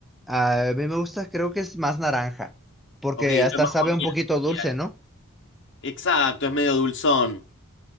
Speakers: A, in the centre; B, on the left.
A: Ah, A mí me gusta, creo que es más naranja, porque
B: Ok, entonces
A: hasta
B: más
A: sabe
B: boñato.
A: un poquito dulce,
B: sería.
A: ¿no?
B: Exacto, es medio dulzón.